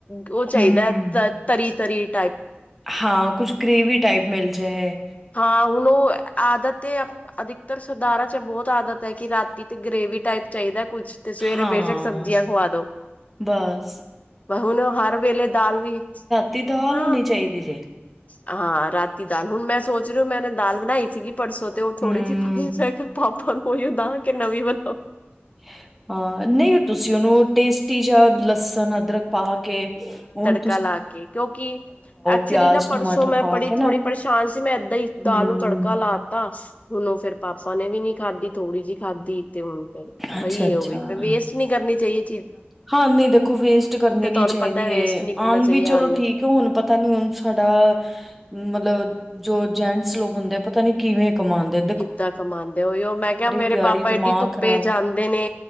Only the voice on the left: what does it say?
ਉਹ ਚਾਹੀਦਾ
ਤ ਤਰੀ-ਤਰੀ ਟਾਈਪ।
ਹਾਂ ਹੁਣ ਉਹ ਆਦਤ ਤੇ ਅਪ ਅਧਿਕਤਰ ਸਰਦਾਰਾ ਚ ਬਹੁਤ ਆਦਤ ਹੈ ਕਿ ਰਾਤੀ ਤੇ ਗ੍ਰੇਵੀ ਟਾਈਪ ਚਾਹੀਦਾ ਕੁਛ। ਤੇ ਸਵੇਰੇ
ਬੇਸ਼ੱਕ ਸਬਜ਼ੀਆਂ ਖਵਾ ਦੋ
ਹੁਨ ਹਰ ਵੇਲੇ ਦਾਲ ਵੀ
ਹਾਂ
ਹਾਂ ਰਾਤੀ ਦਾਲ ਹੁਨ ਮੈਂ ਸੋਚ ਰਹੀ ਹੋ ਮੈਂ ਹੁਨ ਦਾਲ ਬਨਾਈ ਸੀਗੀ। ਪਰਸੋ ਤੇ ਉਹ ਥੋੜ੍ਹੀ
ਜਿਹੀ ਪਾਈ ਜਾ ਕੇ ਪਾਪਾ ਨੂੰ ੳਈੳ ਦਾਂ ਕਿ ਨਵੀਂ ਬੱਨਾ।
ਤਰਕਾ ਲਾ ਕੇ ਕਿਉਂਕਿ ਐਕਚੁਲੀ
ਨਾ ਪਰਸੋਂ
ਮੈਂ
ਪੜੀ
ਥੋੜੀ ਪਰੇਸ਼ਾਨ ਸੀ। ਮੈਂ ਏਦਾਂ ਹੀ
ਦਾਲ ਨੂੰ ਤੜਕਾ ਲਾ ਤਾ ਹੁਨ ਉਹ ਫੇਰ ਪਾਪਾ ਨੇ ਵੀ ਨੀ ਖਾਧੀ ਥੋੜੀ ਜਿ ਖਾਧੀ ਤੇ ਹੁਨ ਪਈ
ਏ ਉਹ ਵੀ ਵੇਸਟ ਨੀ ਕਰਨੀ ਚਾਹੀੲ।
ਤੁਹਾਨੂੰ
ਪਤਾ ਵੇਸਟ
ਨਹੀਂ ਕਰਨਾ
ਚਾਹੀਏ
ਅੰਨ
ਕਿੱਦਾਂ ਕਮਾਦੇ ਓਹੀੳ ਮੈਂ ਕਿਹਾ ਮੇਰੇ
ਪਾਪਾ ਏਡੀ
ਧੁੱਪੇ
ਜਾਂਦੇ ਨੇ